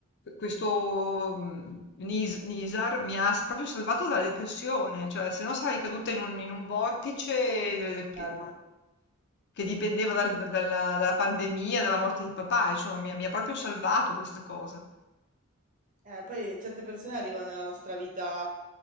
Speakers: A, on the left; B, on the right.
A: questo mm, Nis- Nisar mi ha s- proprio salvato dalla depressione, cioè se no sarei caduta in un, in un vortice eh, che,
B: bello.
A: che dipendeva dal- dalla, dalla pandemia, dalla morte di papà, insomma, mi, ha mi ha proprio salvato questa cosa.
B: Eh, poi certe persone arrivano nella nostra vita